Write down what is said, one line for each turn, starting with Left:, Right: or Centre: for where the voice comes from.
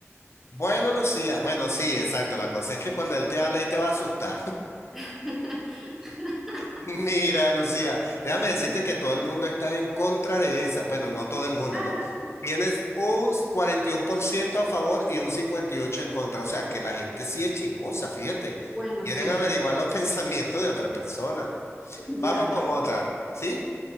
Left: Bueno, Lucía, bueno, sí, exacto. La cosa es que cuando él te habla y te va a asustar.
Centre: <laughs>
Left: Mira, Lucía, déjame decirte
Centre: Mm.
Left: que todo el mundo está en contra de esa. Bueno, no todo el mundo,
Centre: Ah.
Left: ¿no? Tienes un 41% a favor y un 58% en contra. O sea, que la gente sí es chismosa, fíjate.
Centre: Bueno,
Left: Quieren
Centre: sí,
Left: averiguar
Centre: ya veo,
Left: los <laughs> pensamientos de otra persona.
Centre: ya
Left: Vamos
Centre: veo.
Left: con otra, ¿sí?